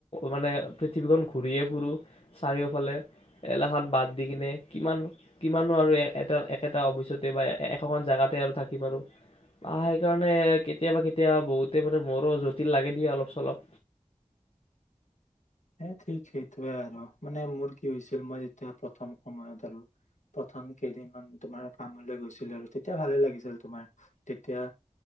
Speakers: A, on the left; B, on the left.
A: মানে পৃথিৱীখন ঘূৰিয়ে ফুুৰোঁ চাৰিওফালে এলাহখন বাদ দি কিনে কিমান কিমানো আৰু এটা একেটা অফিচতে বা একোখন জোগাতে আৰু থাকিম আৰু বা সেইকাৰণে কেতিয়াবা কেতিয়াবা বহুতে মানে মোৰো জটিল লাগে দিয়ে অলপ চলপ
B: হ ঠিক সেইটোৱে আৰু মানে মোৰ কি হৈছিল মই যেতিয়া প্ৰথম সময়ত আৰু প্ৰথম কেইদিন মান তোমাৰ কামলৈ গৈছিল আৰু তেতিয়া ভালে লাগিছিল তোমাৰ তেতিয়া